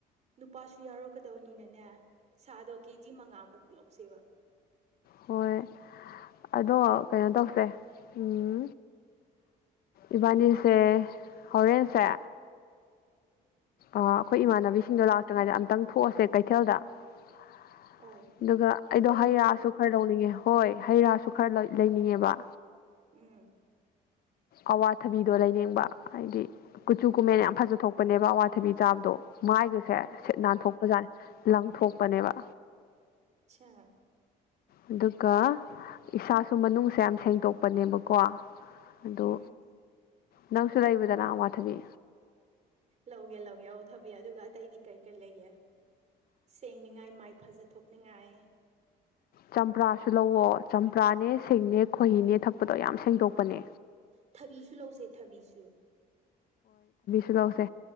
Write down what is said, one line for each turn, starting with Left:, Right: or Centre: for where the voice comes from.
Right: ꯅꯨꯄꯥꯁꯨ ꯌꯥꯎꯔꯛꯀꯗꯧꯅꯤꯅꯅꯦ ꯁꯥꯗꯣ ꯀꯦꯖꯤ ꯃꯉꯥꯃꯨꯛ ꯂꯧꯁꯦꯕ
Left: ꯍꯣꯏ ꯑꯗꯣ ꯀꯩꯅꯣ ꯇꯧꯁꯦ ꯎꯝ ꯏꯕꯥꯅꯤꯁꯦ ꯍꯣꯔꯦꯟꯁ ꯑꯩꯈꯣꯏ
Right: ꯎꯝ
Left: ꯏꯃꯥꯟꯅꯕꯤꯁꯤꯡꯗꯣ ꯂꯥꯛꯇ꯭ꯔꯤꯉꯩꯗ ꯑꯝꯛꯇꯪ ꯊꯣꯛꯑꯁꯦ ꯀꯩꯊꯦꯜꯗ ꯑꯗꯨꯒ
Right: ꯑꯧ ꯑꯩꯈꯣꯏ
Left: ꯑꯩꯗꯣ
Right: ꯑꯅꯤꯃꯛ
Left: ꯍꯩꯌꯥꯁꯨ ꯈꯔ ꯂꯧꯅꯤꯡꯉꯦ ꯍꯣꯏ ꯍꯩ ꯔꯥꯁꯨ ꯈꯔ ꯂꯩꯅꯤꯡꯉꯦꯕ
Right: ꯎꯝ
Left: ꯑꯋꯥꯊꯕꯤꯗꯣ ꯂꯩꯅꯤꯡꯕ ꯍꯥꯏꯗꯤ ꯀꯨꯆꯨ ꯀꯨꯃꯦꯟ ꯌꯥꯝ ꯐꯖꯊꯣꯛꯄꯅꯦꯕ ꯑꯋꯥꯊꯕꯤ ꯆꯥꯕꯗꯣ ꯃꯥꯏꯒꯁꯦ
Right: ꯑꯣ
Left: ꯁꯤꯠ ꯅꯥꯟꯊꯣꯛꯄꯖꯥꯠ ꯂꯪꯊꯣꯛꯄꯅꯦꯕ
Right: ꯑꯆꯥꯥ
Left: ꯑꯗꯨꯒ ꯏꯁꯥꯁꯨ ꯃꯅꯨꯡꯁꯦ ꯌꯥꯝ ꯁꯦꯡꯗꯣꯛꯄꯅꯦꯕꯀꯣ ꯑꯗꯨ
Right: ꯎꯝ
Left: ꯅꯪꯁꯨ ꯂꯩꯕꯗꯅ ꯋꯥꯊꯕꯤ
Right: ꯂꯧꯒꯦ ꯂꯧꯒꯦ ꯑꯣꯧ ꯊꯕꯤ ꯑꯗꯨꯒ ꯑꯇꯩꯗꯤ ꯀꯔꯤ ꯀꯔꯤ ꯂꯩꯒꯦ ꯁꯦꯡꯅꯤꯉꯥꯏ ꯃꯥꯏ ꯐꯖꯊꯣꯛꯅꯤꯡꯉꯥꯏ
Left: ꯆꯝꯄ꯭ꯔꯥꯁꯨ ꯂꯧꯋ ꯆꯝꯄ꯭ꯔꯥꯅꯦ ꯁꯤꯡꯅꯦ ꯈꯣꯏꯍꯤꯅꯦ ꯊꯛꯄꯗꯣ ꯌꯥꯝ ꯁꯦꯡꯗꯣꯛꯄꯅꯦ
Right: ꯊꯕꯤꯁꯨ ꯂꯧꯁꯦ ꯊꯕꯤꯁꯨ
Left: ꯁꯤꯜꯂꯧꯁꯦ